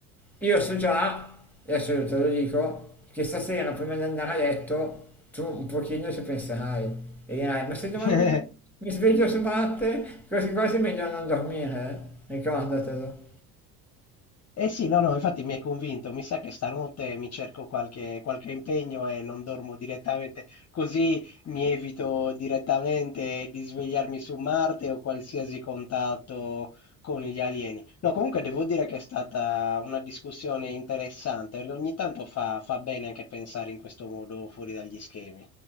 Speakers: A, in the centre; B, on the left (about 35°).
A: io so già, adesso io te lo dico, che stasera prima di andare a letto tu un pochino ci penserai e dirai, ma se domani
B: <laughs>
A: mi sveglio su Marte, quasi quasi è meglio non dormire, eh? ricordatelo.
B: Eh sì, no, no, infatti mi hai convinto. Mi sa che stanotte mi cerco qualche, qualche impegno e non dormo direttamente, così mi evito direttamente di svegliarmi su Marte o qualsiasi contatto con gli alieni. No, comunque devo dire che è stata una discussione interessante, perché ogni tanto fa, fa bene anche pensare in questo modo fuori dagli schemi.